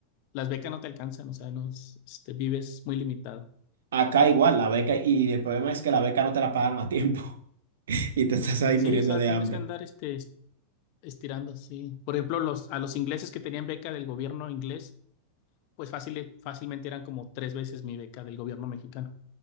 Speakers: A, on the left (about 50°); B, on the right (about 90°).
A: las becas no te alcanzan, o sea, no, es- este, vives muy limitado.
B: Acá igual, la beca, y el problema es que la beca no te la pagan a tiempo <laughs> y te estás ahí
A: Sí,
B: muriendo
A: o sea,
B: de
A: tienes
B: hambre.
A: que andar este, est- estirando, sí. Por ejemplo, los, a los ingleses que tenían beca del gobierno inglés pues fácil, fácilmente eran como tres veces mi beca del gobierno mexicano.